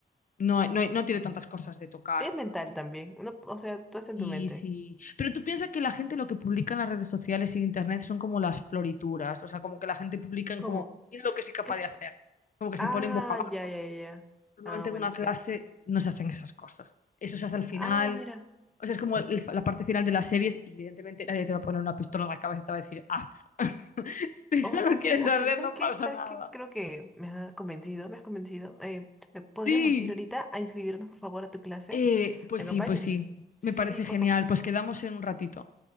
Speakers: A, on the left (about 50°); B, in the centre.
A: no, no, no tiene tantas cosas de tocar.
B: Es mental también. No, o sea, todo está en
A: Sí,
B: tu mente.
A: sí. Pero tú piensas que la gente lo que publica en las redes sociales y en internet son como las florituras, o sea, como que la gente publica en
B: ¿Cómo?
A: como, mira lo que soy capaz
B: ¿Qué?
A: de hacer, como que se
B: Ah,
A: ponen boca abajo.
B: ya, ya, ya. ya.
A: Normalmente
B: Ah, bueno,
A: en una
B: sí,
A: clase
B: sí, sí. sí.
A: no se hacen esas cosas. Eso se hace al final,
B: Ah, mira.
A: o sea, es como el- la parte final de las series y evidentemente nadie te va a poner una pistola en la cabeza y te va a decir, hazlo. <laughs> Si
B: Oh,
A: no lo quieres
B: ok.
A: hacer,
B: ¿Sabes
A: no
B: qué?
A: pasa
B: ¿Sabes
A: nada.
B: qué? Creo que me has convencido, me has convencido. Eh, ¿me podríamos
A: Sí,
B: ir ahorita a inscribirnos, por favor, a tu clase?
A: Eh, pues
B: ¿Me
A: sí,
B: acompañas?
A: pues sí. Me
B: Sí, sí,
A: parece
B: sí, por
A: genial.
B: favor.
A: Pues quedamos en un ratito.